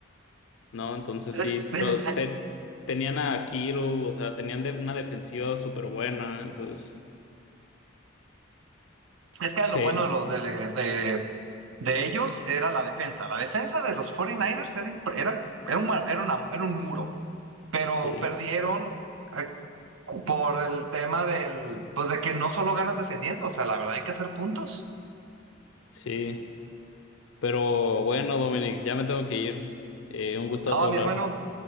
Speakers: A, on the left (about 75°); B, on the right (about 80°).
A: ¿no? Entonces
B: Es,
A: sí,
B: <laughs>
A: pero te- tenían a Kittle, o sea, tenían de- una defensiva súper buena, entonces
B: es que
A: sí,
B: lo bueno de, lo, de, de De ellos era la defensa. La defensa de los 49 Niners era, impre- era, era, un, ma- era, una- era un muro, pero
A: sí,
B: perdieron eh, cu- por el tema del, pues de que no solo ganas defendiendo, o sea, la verdad hay que hacer puntos.
A: sí. Pero bueno, Dominic, ya me tengo que ir. Eh, un gustazo
B: Ah,
A: hablar.
B: mi hermano,